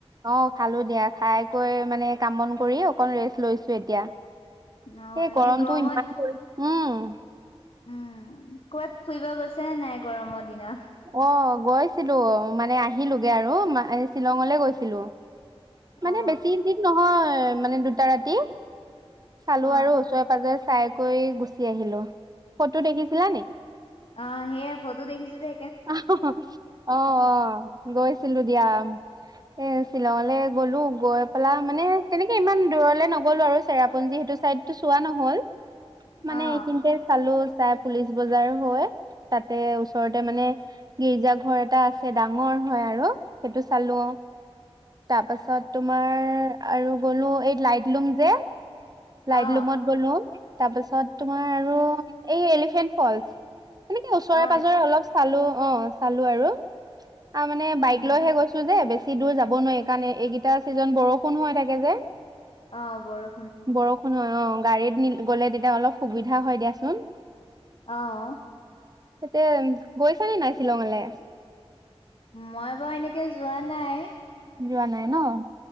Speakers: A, on the right; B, on the left.
A: অ খালো দিয়া খাই বৈ মানে কাম বন কৰি অকন ৰেষ্ট লৈছো এতিয়া
B: অ
A: এই গৰমটো
B: গৰমত
A: ইমান পৰিছে উম
B: উম কৰবাত ফুৰিব গৈছিল ছে নাই গৰমৰ দিনত
A: অ গৈছিলো মানে আহিলোগে আৰু মা শ্বিলঙলে গৈছিলো
B: অ
A: মানে বেছি দিন নহয় মানে দুটা ৰাতি চালো
B: অ
A: আৰু ওচৰে পাজৰে চাই কৈ গুচি আহিলো ফটো দেখিছিলা নে
B: অ সেয়া ফটো দেখিছো দে
A: অ অ অ গৈছিলো দিয়া এ শ্বিলঙলৈ গলো গৈ পেলাই মানে তেনেকে ইমান দূৰলে নগলো আৰু চেৰাপুঞ্জী সেইটো চাইডটো চোৱা নহল
B: অ
A: মানে এইখিনিতে চালো চাই পুলিচ বজাৰ হৈ তাতে ওচৰতে মানে গীৰ্জা ঘৰ এটা আছে ডাঙৰ হয় আৰু সেইটো চালো অ তাৰপাছত তোমাৰ আৰু গ'লো এই লাইট লুম যে
B: অ
A: লাইডলুমত গলো তাৰপাছত তোমাৰ আৰু এই এলিফেন্ট ফলচ তেনেকে ওচৰে
B: অ
A: পাজৰে অলপ চালো অহ চালো আৰু তাৰমানে বাইক
B: উম
A: লৈহে গৈছো যে বেছি বেছি দূৰ যাব নোৱাৰি কাৰণে এইকেইটা ছিজন বৰষুণ হৈ থাকে যে
B: অহ বৰ
A: বৰষুণ হয় অহ গাড়ীত গ'লে তেতিয়া অলপ সুবিধা হয় দিয়াচোন।
B: অহ
A: তাতে গৈছানে নাই শ্বিলঙলৈ?
B: মই বাৰু এনেকে যোৱা নাই
A: যোৱা নাই নহ?